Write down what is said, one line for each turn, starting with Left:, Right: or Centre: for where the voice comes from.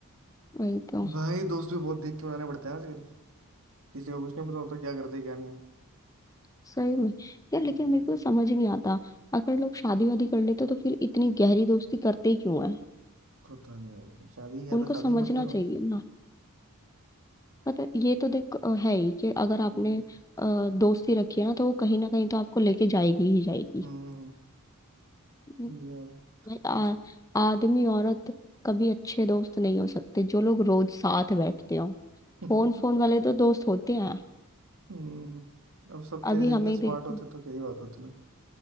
Left: वही तो
Right: भाई दोस्त भी बहुत देख के बनाने पड़ते हैं आजकल किसी को कुछ नहीं पता होता क्या कर दे क्या नहीं
Left: सही में यार
Right: हम्म
Left: लेकिन मेरे को समझ ही नहीं आता अगर लोग शादी वादी कर लेते तो फिर इतनी गहरी दोस्ती करते ही क्यों है
Right: पता नहीं भाई शादी या
Left: उनको
Right: तो
Left: समझना
Right: शादी मत करो
Left: चाहिए ना पता है, ये तो देख अ, है ही कि अगर आपने
Right: हम्म
Left: अ, दोस्ती रखी है ना तो वो कहीं ना कहीं तो आपको लेके जाएगी ही जाएगी
Right: हम्म
Left: हम्म,
Right: हम्म, यार
Left: भाई
Right: हम-
Left: आ, आदमी औरत कभी अच्छे दोस्त नहीं हो सकते जो लोग रोज साथ बैठते हो
Right: <laughs>
Left: फोन फोन वाले तो दोस्त होते हैं
Right: हम्म, अब सब तेरे
Left: अभी
Right: जितने
Left: हमें ही
Right: स्मार्ट
Left: देख
Right: होते तो क्या ही बात होती ना